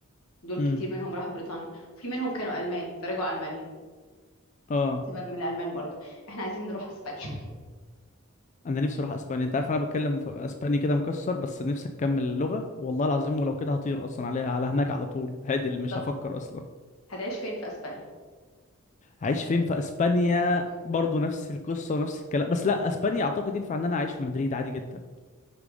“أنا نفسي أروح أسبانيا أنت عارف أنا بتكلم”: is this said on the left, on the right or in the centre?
Left